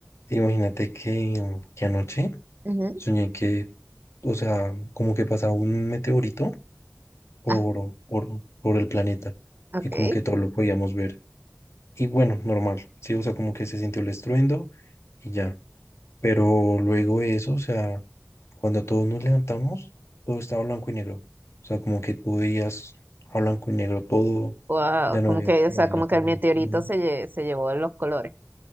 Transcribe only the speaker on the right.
Ujú.
Ah,
ok.
Wow,
como
que,
o sea,
como
que el meteorito se, lle- se llevó los colores.